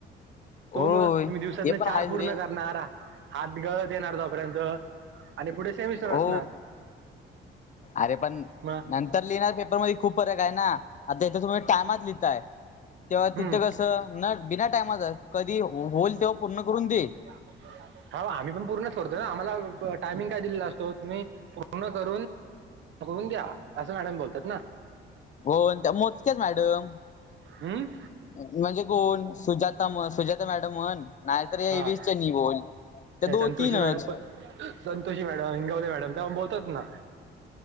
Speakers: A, on the right; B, on the left.
A: तो
B: होय
A: मग तुम्ही दिवसातन
B: ते पण
A: चार
B: आहेच
A: पूर्ण
B: रे
A: करणार आ हात गळत येणार तो पर्यंत आणि पुढे सेमिस्टर
B: हो
A: असणार
B: अरे! पण
A: मग
B: न तर लिहिणार पेपरमध्ये खूप फरक आहे ना? आता तुम्ही हित टाइमात लिहिताय तेव्हा
A: हम्म
B: तिथं कस न बिना टायमाच कधी होईल तेव्हा पूर्ण करून दे
A: <unintelligible> हा आम्ही पण पूर्ण करतोय ना आम्हाला टायमिंग काय दिलेला असतो तुम्ही पूर्ण करून होऊन द्या असं मॅडम बोलतात ना?
B: होउन त्या मोजक्याच मॅडम. <unintelligible>
A: अम्म.
B: म्हणजे कोण? सुजाता म सुजाता मॅडम म्हण नाहीतर या
A: हा
B: ए व्ही स चेनि बोल. त्या दोन
A: संतोषी
B: तीनच.
A: मॅडम पण संतोषी मॅडम, हिंगवले मॅडम तेव बोलतात ना.